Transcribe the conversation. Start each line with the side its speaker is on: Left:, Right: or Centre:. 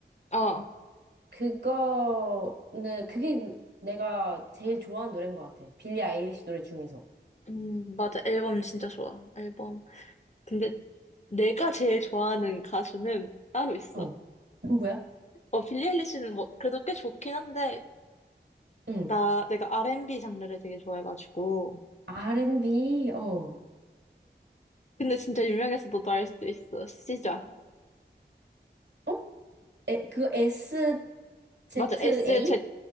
Left: 어,
Right: 그거는, 그게 내가 제일 좋아하는 노래인 것 같아. 빌리 아일리시 노래 중에서.
Left: 음, 맞아. 앨범 진짜 좋아. 앨범. 근데 내가 제일 좋아하는 가수는 따로 있어.
Right: 어. 누구야?
Left: 어, 빌리 아일리시는 뭐 그래도 꽤 좋긴 한데
Right: 응.
Left: 나 내가 R&B 장르를 되게 좋아해가지고.
Right: R&B, 어.
Left: 근데 진짜 유명해서 너도 알 수도 있어. 시자.
Right: 어? 에, 그거 SZA?
Left: 맞아. SZA.